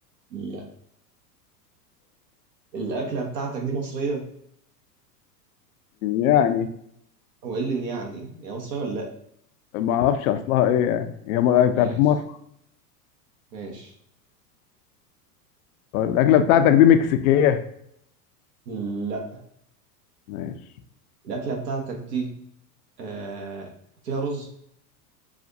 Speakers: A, on the right; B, on the left.
A: لا الاكله بتاعتك دي مصريه
B: يعني
A: هو ايه اللي يعني هي مصريه ولا لا
B: ما اعرفش اصلها ايه يعني هي م- يعني
A: ماشي
B: بتاعت في مصر
A: ماشي
B: طيب الاكله بتاعتك دي مكسيكيه
A: لا
B: ماشي
A: الأكلة بتاعتك دي آه فيها رز